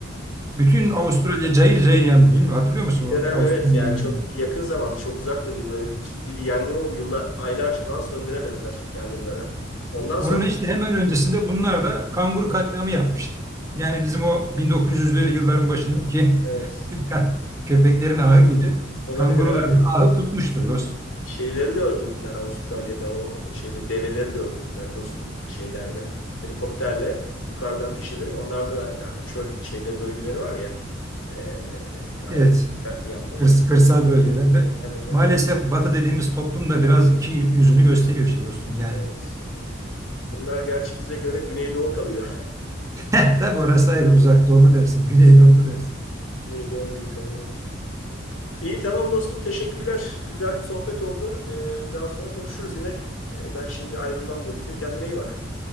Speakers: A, on the right (about 15°); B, on the left (about 85°).
A: bütün Avustralya cayır cayır yandı. Bilmiyorum hatırlıyor musun
B: Bir
A: o
B: dönem
A: Avustralya?
B: evet yani
A: yangını?
B: çok yakın zamanda çok uzak da değil böyle bir ciddi bir yangın oldu. Yıllar, aylarca falan söndüremediler yangınları. Ondan
A: Onun
B: sonra
A: işte hemen öncesinde bunlar da kanguru katliamı yapmıştı. Yani bizim o 1900'lü yılların başındaki
B: evet
A: <laughs> köpeklerin ahı gibi
B: olabilir
A: kanguruların
B: abi.
A: ahı tutmuştur dost.
B: Şeyleri de öldürdüler Avustralya'da o şeyde develeri de öldürdüler dostum şeylerde. Helikopterle yukarıdan ateş ederek onlar da ya çöl şeyleri bölgeleri var ya e, aynı
A: Evet,
B: katliamda
A: kırs-
B: evet.
A: kırsal bölgelerde
B: Evet evet
A: maalesef Batı dediğimiz toplum da biraz iki yüzünü gösteriyor işte dostum yani.
B: evet. Bunlar gerçi bize göre Güneydoğu kalıyor.
A: <laughs> Tabii orası ayrı uzak doğu mu dersin, güney
B: <laughs>
A: doğu mu dersin.
B: Güneydoğu gibi kalıyor evet. İyi tamam dostum teşekkürler. Güzel bir sohbet oldu. E, daha sonra konuşuruz yine. E, ben şimdi ayrılmam gerekiyor. Kendine iyi bak.